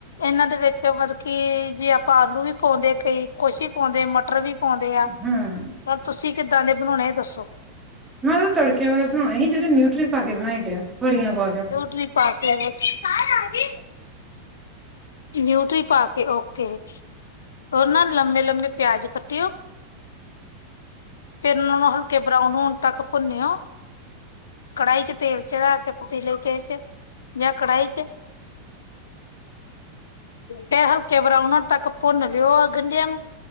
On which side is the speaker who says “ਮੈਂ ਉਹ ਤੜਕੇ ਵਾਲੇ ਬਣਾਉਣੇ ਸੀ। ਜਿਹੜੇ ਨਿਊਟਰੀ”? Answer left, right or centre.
Right